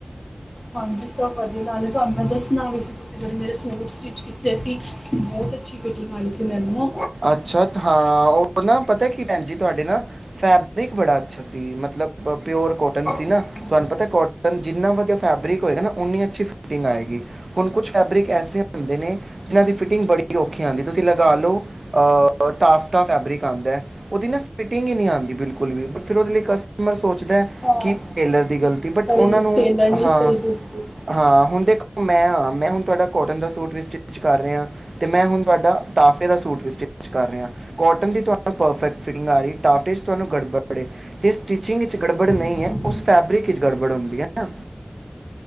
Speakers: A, on the left (about 20°); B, on the right (about 80°).
A: ਹਾਂਜੀ। ਸਭ ਵਧੀਆ ਨਾਲ ਨੇ ਤੁਹਾਨੂੰ ਮੈਂ ਦੱਸਣਾ ਵੀ ਸੀ। ਤੁਸੀਂ ਜਿਹੜੇ ਮੇਰੇ ਸੂਟ ਸਟਿੱਚ ਕੀਤੇ ਸੀ। ਬਹੁਤ ਅੱਛੀ ਫਿਟਿੰਗ ਆਈ ਸੀ ਮੈਨੂੰ ਨਾ
B: ਅੱਛਾ। ਹਾਂ, ਉਹ ਨਾ ਪਤਾ ਕੀ ਭੈਣ ਜੀ ਤੁਹਾਡੇ ਨਾ ਫੈਬਰਿਕ ਬੜਾ ਅੱਛਾ ਸੀ। ਮਤਲਬ ਪਿਓਰ ਕੋਟਨ ਸੀ। ਨਾ
A: ਅੱਛਾ
B: ਤੁਹਾਨੂੰ ਪਤਾ ਕੋਟ ਜਿੰਨਾ ਵਧੀਆ ਫੈਬਰਿਕ ਹੋਏਗਾ ਨਾ ਅਓਨੀ ਅੱਛੀ ਫਟਿੰਗ ਆਏਗੀ। ਹੁਣ ਕੁਛ ਫੈਬਰਿਕ ਐਸੇ ਹੁੰਦੇ ਨੇ, ਜਿਹਨਾਂ ਦੀ ਫਿਟਿੰਗ ਬੜੀ ਔਖੀ ਹੁੰਦੀ। ਤੁਸੀਂ ਲਗਾ ਲਓ ਟਾਫ- ਟਫ ਫੈਬਰਿਕ ਆਂਦਾ ਹੈ। ਉਹਦੀ ਨਾ ਫਿਟਿੰਗ ਹੀ ਨਹੀਂ ਆਉਂ ਬਿਲਕੁਲ ਵੀ ਫਿਰ ਉਹਦੇ ਲਈ ਕਸਟਮਰ ਸੋਚਦਾ ਹੈ।
A: ਹਾਂ
B: ਕਿ ਟੇਲਰ ਦੀ ਗ ਬਟ
A: ਬਈ
B: ਉਹਨਾਂ ਨੂੰ
A: ਟੇਲਰ ਨਹੀਂ
B: ਹਾਂ,
A: ਸਹੀ ਬਿਲਕੁਲ
B: ਹਾਂ ਹੁਣ ਦੇਖ ਮੈਂ ਹਾਂ, ਮੈਂ ਹੁਣ ਤੁਹਾਡਾ ਕੋਟਨ ਦਾ ਸੂਟ ਵੀ ਸਟਿਚ ਕਰ ਰਿਹਾ ਤੇ ਮੈਂ ਹੁਣ ਤੁਹਾਡਾ ਟਾਫੇ ਦਾ ਸੂਟ ਵੀ ਸਟ ਕਰ ਰਿ ਕੋਟਨ ਦੀ ਤੁਹਾਨੂੰ ਪਰਫੈਕਟ ਫਿਟਿੰਗ ਆ ਰਹੀ ਟਾਫੇ ਚ ਤੁਹਾਨੂੰ ਗੜਬੜ ਤੇ ਸਟਿਚਿੰਗ ਵਿੱਚ ਗੜਬੜ ਨਹੀਂ
A: ਜੀ
B: ਹੈ
A: ਜੀ
B: ਉਸ ਫੈਬਰਿਕ ਵਿਚ ਗੜਬੜ ਹੁੰਦੀ ਹੈ।